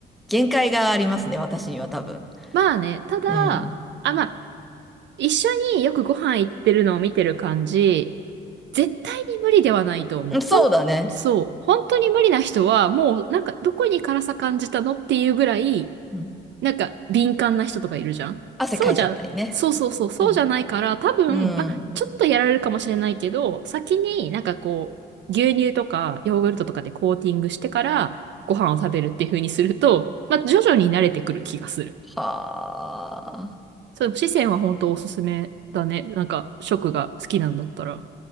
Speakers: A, in the centre; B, on the right.
A: 限界がありますね、私には多分。
B: まあね、ただ、
A: うん。
B: あ、まあ、一緒によくご飯行ってるのを見てる感じ、絶対に無理ではないと思う。
A: うんそうだね。
B: ほん、そう。本当に無理な人は、もうなんかどこに辛さ感じたのっていうぐらい、
A: うん。
B: なんか敏感な人とかいるじゃん。
A: 汗かいちゃったりね。
B: そうじゃ、そうそうそう、そうじゃないから、
A: うん。
B: 多分、
A: うん。
B: まちょっとやられるかもしれないけど、先になんかこう、牛乳とかヨーグルトとかでコーティングしてからご飯を食べるっていう風にすると、ま徐々に慣れてくる気がする。
A: はあ。
B: そう、四川は本当おすすめだね。なんか食が好きなんだったら。